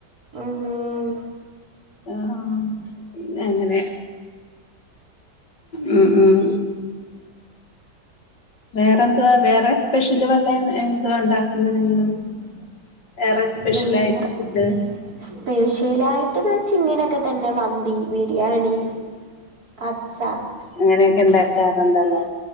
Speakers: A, on the right; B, on the left.
A: ഉംഉം.
B: ആഹ് ആഹ്, പിന്നെ അങ്ങനെ... ഉം ഉം. വേറെ എന്തുവാ? വേറെ സ്പെഷ്യല് വല്ല എന്തുവാ ഉണ്ടാക്കുന്നത്? നിങ്ങള്- വേറെ സ്പെഷ്യൽ
A: വേറെ
B: ആയിട്ട് ഫുഡ്?
A: സ്പെഷ്യലായിട്ട്ന്ന് വെച്ച ഇങ്ങനെയൊക്കെ തന്നെ മന്തി ബിരിയാണി. കബ്സ
B: അങ്ങനെയൊക്കെ ഇണ്ടാക്കാറുണ്ടല്ലേ?